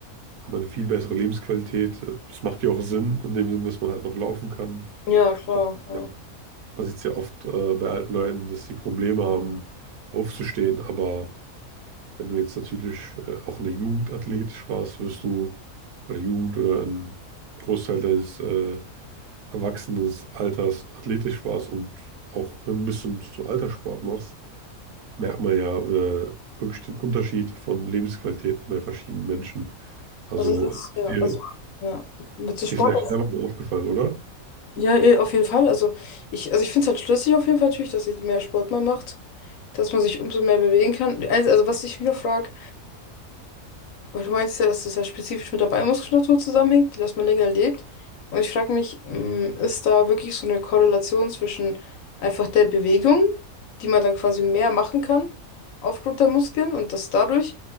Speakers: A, on the right; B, on the left.
A: haben eine viel bessere Lebensqualität. Es macht ja auch Sinn, in dem Sinn, dass man halt noch laufen kann.
B: Ja, klar,
A: Man,
B: ja.
A: ja, man sieht es ja oft äh, bei alten Leuten, dass sie Probleme haben, aufzustehen. Aber wenn du jetzt natürlich äh, auch in der Jugend athletisch warst, wirst du, oder Jugend oder im Großteil deines äh, Erwachsenenalters athletisch warst und auch hin bis zum, zum Alterssport machst, merkt man ja äh, wirklich den Unterschied von Lebensqualitäten bei verschiedenen Menschen. Also
B: Also das ist,
A: ich
B: ja,
A: dir,
B: also, ja, mit so
A: Ist
B: Sport.
A: dir vielleicht selber mal aufgefallen, oder?
B: Ja, eh, auf jeden Fall. Also ich, also ich finde es halt schlüssig auf jeden Fall natürlich, dass ich mehr Sport mal macht, dass man sich umso mehr bewegen kann. Also, also was ich mir noch frage, Weil du meinst ja, dass das ja spezifisch mit der Beinmuskulatur zusammenhängt, dass man länger lebt. Und ich frage mich, mh, ist da wirklich so eine Korrelation zwischen einfach der Bewegung, die man dann quasi mehr machen kann aufgrund der Muskeln und dass dadurch,